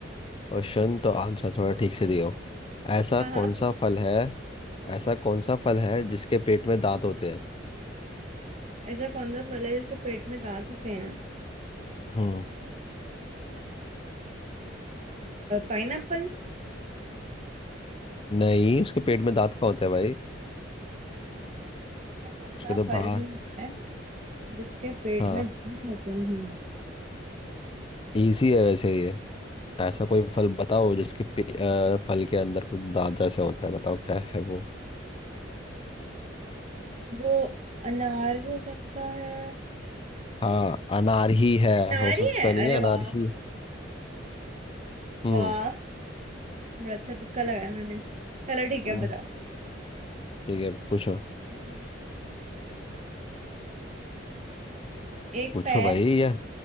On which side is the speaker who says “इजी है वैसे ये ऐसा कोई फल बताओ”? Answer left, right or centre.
Left